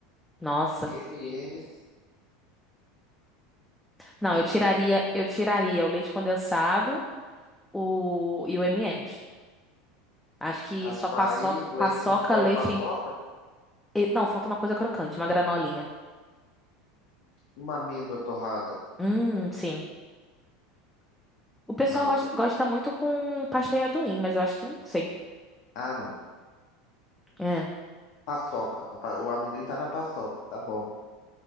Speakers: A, in the centre; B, on the left (about 60°).
A: Nossa.
B: M&M's,
A: Não,
B: tudo
A: eu tiraria,
B: de bom.
A: eu tiraria o leite condensado, o e o M&M's. Acho que
B: Açaí,
A: só paçoca,
B: leite
A: paçoca,
B: em pó
A: leite
B: e paçoca?
A: em... e- Não, falta uma coisa crocante, uma granolinha.
B: Uma amêndoa torrada.
A: Hum, sim. O pessoal
B: Não,
A: gosta,
B: tem-
A: gosta muito com pasta de amendoim, mas eu acho que não sei.
B: ah, não.
A: É.
B: Paçoca. A pa- O amendoim tá na paçoca, tá bom.